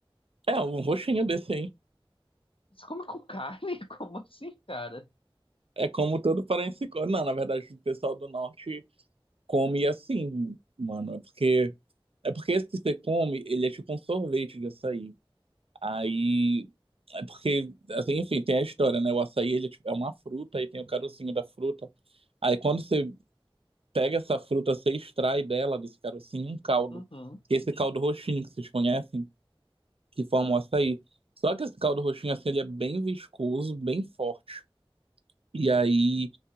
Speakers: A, on the right (about 85°); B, on the left (about 70°).
A: É, um roxinho desse aí.
B: Você come com carne? <laughs> Como assim, cara?
A: É como todo paraense come. Não, na verdade, o pessoal do norte come assim, mano. É porque, é porque esse que você come, ele é tipo um sorvete de açaí. Aí, é porque, assim, enfim, tem a história, né? O açaí, ele é tipo, é uma fruta, aí tem o carocinho da fruta. Aí, quando você pega essa fruta, você extrai dela, desse carocinho, um caldo.
B: Uhum.
A: Que é esse caldo roxinho que vocês conhecem, que forma o açaí. Só que esse caldo roxinho, assim, ele é bem viscoso, bem forte. E aí,